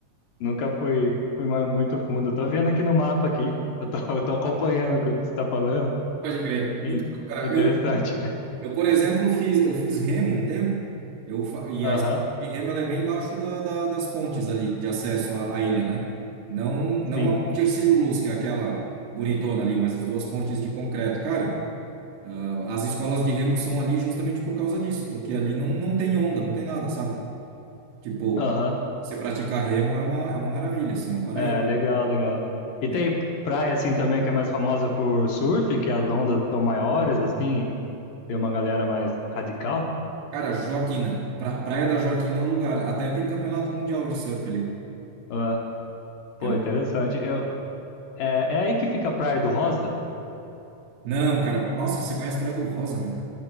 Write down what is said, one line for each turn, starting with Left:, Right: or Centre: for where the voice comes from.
Left: nunca fui, fui ma- muito fundo. Eu tô vendo aqui no mapa aqui, eu tô, <laughs> eu tô acompanhando o que você tá falando.
Right: Pode crer.
Left: In-
Right: Então, cara,
Left: Interessante.
Right: eu
Left: <laughs>
Right: Eu, por exemplo, fiz, eu fiz remo um tempo, eu, fa- e
Left: Aham,
Right: a escola de remo ela é bem embaixo da, da- das pontes ali, de acesso à, à ilha, né? Não, não
Left: sim.
Right: a ponte Hercílio Luz, que é aquela bonitona ali, mas as duas pontes de concreto. Cara, as escolas de remo são ali justamente por causa disso, porque ali não, não tem onda, não tem nada, sabe? Tipo,
Left: Aham,
Right: você praticar remo é uma, é uma maravilha, assim, é um paraíso.
Left: é, legal, legal. E
Right: né?
Left: tem praia, assim, também que é mais famosa por surf, que as ondas são maiores, assim, tem uma galera mais radical.
Right: Cara, Joaquina, pra- Praia da Joaquina é o lugar, até tem campeonato mundial de surf ali.
Left: Ah,
Right: É
Left: pô,
Right: mu-
Left: interessante. Eu, é, é aí que fica a Praia do Rosa?
Right: Não, cara, nossa, você conhece Praia do Rosa, meu?